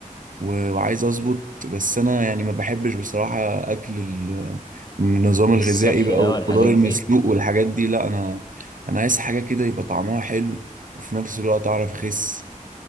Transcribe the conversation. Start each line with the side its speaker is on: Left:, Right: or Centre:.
Right: و- وعايز اظبط بس انا يعني ما بحبش بصراحة اكل ال- النظام الغذائي
Left: الصحي
Right: بقى
Left: بقى
Right: والخضار
Left: والحاجات
Right: المسلوق
Left: دي
Right: والحاجات دي لا انا انا عايز حاجة كده يبقى طعمها حلو وفي نفس الوقت اعرف اخس